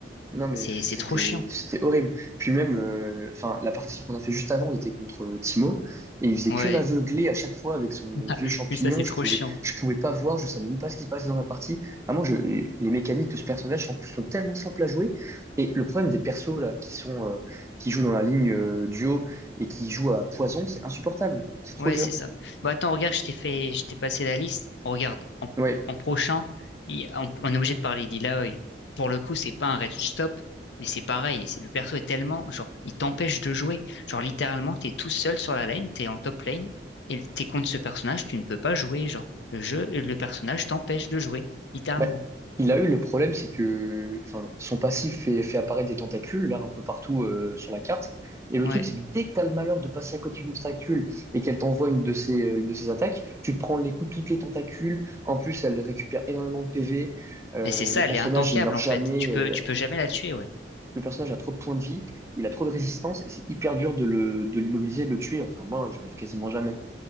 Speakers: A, on the right; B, on the left.
A: Non, mais
B: C'est,
A: pff,
B: c'est
A: c'était
B: trop chiant.
A: c'était horrible. Puis même, euh, enfin, la partie qu'on a fait juste avant, on était contre euh, Timo, et il faisait
B: Ouais.
A: que m'aveugler à chaque fois avec son
B: <laughs>
A: vieux champignon.
B: Oui, ça, c'est
A: Je
B: trop
A: pouvais,
B: chiant.
A: je pouvais pas voir, je savais même pas ce qui se passait dans la partie. Vraiment, je, les mécaniques de ce personnage, en plus, sont tellement simples à jouer. Et le problème des persos, là, qui sont, euh, qui jouent dans la ligne euh, duo et qui jouent à poison, c'est insupportable. C'est trop
B: Ouais,
A: dur.
B: c'est ça. Bah attends, regarde, je t'ai fait, je t'ai passé la liste. Regarde, en,
A: Ouais.
B: en prochain, il- on, on est obligé de parler d'Illaoi. Pour le coup, c'est pas un red stop, mais c'est pareil. C'est- Le perso est tellement, genre, il t'empêche de jouer. Genre, littéralement, t'es tout seul sur la lane, t'es en top lane, et t'es contre ce personnage, tu ne peux pas jouer. Genre, le jeu, le personnage t'empêche de jouer, littéralement.
A: Bah, il a eu le problème, c'est que enfin, son passif fait, fait apparaître des tentacules là un peu partout euh, sur la carte. Et le
B: Ouais.
A: truc, c'est que dès que t'as le malheur de passer à côté d'une tentacule et qu'elle t'envoie une de ses, euh, une de ses attaques, tu te prends les coups de toutes les tentacules. En plus, elle récupère énormément de PV. Euh,
B: Mais c'est ça,
A: le personnage,
B: elle est intankable,
A: il meurt
B: en
A: jamais.
B: fait. Tu peux,
A: Euh,
B: tu peux jamais la tuer, ouais.
A: le personnage a trop de points de vie, il a trop de résistance et c'est hyper dur de le, de l'immobiliser, de le tuer. Enfin, moi, j'arrive quasiment jamais.